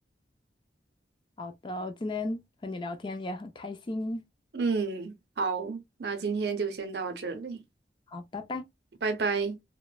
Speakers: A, on the left; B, on the right.
A: 好的，今天和你聊天也很开心。
B: 嗯，好，那今天就先到这里，
A: 好，拜拜。
B: 拜拜。